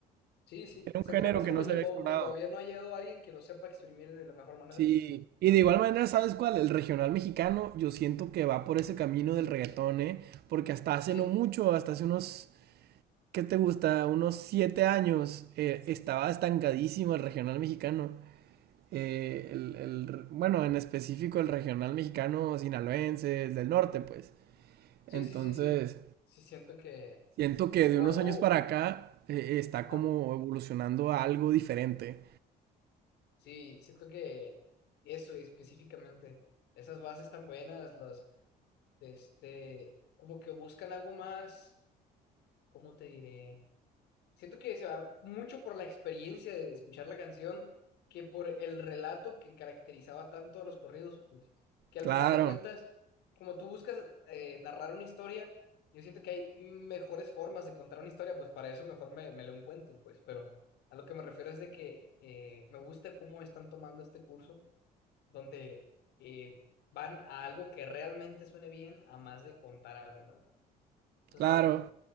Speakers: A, on the left; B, on the right.
A: Sí, sí.
B: Era un
A: Siento
B: género
A: que pasa
B: que
A: como
B: no
A: el
B: se
A: dembow,
B: había explorado.
A: que todavía no ha llegado alguien que lo sepa exprimir de la mejor manera.
B: Sí, y de igual manera, ¿sabes cuál? El regional mexicano, yo siento que va por ese camino del reggaetón, ¿eh? Porque hasta hace
A: Sí,
B: no mucho, hasta hace unos ¿qué te gusta? Unos siete años eh, estaba estancadísimo el regional mexicano. Eh, el, el- bueno, en específico el regional mexicano sinaloense, el del norte, pues.
A: sí,
B: Entonces,
A: sí, sí, sí. Sí, siento que
B: siento que
A: igual
B: de unos
A: hubo.
B: años para acá eh, está
A: Ajá.
B: como evolucionando a algo diferente.
A: Sí, siento que eso específicamente, esas bases tan buenas, los de este, como que buscan algo más, ¿cómo te diré? Siento que se va mucho por la experiencia de escuchar la canción que por el relato que caracterizaba tanto a los corridos, pues, que al
B: Claro,
A: final de cuentas, como tú buscas eh, narrar una historia, yo siento que hay mejores formas de contar una historia, pues para eso mejor me, me leo un cuento, pues, pero a lo que me refiero es de que eh, me gusta cómo están tomando este curso donde eh, van a algo que realmente suene bien a más de contar algo, ¿no? Eso
B: Claro.
A: está bueno.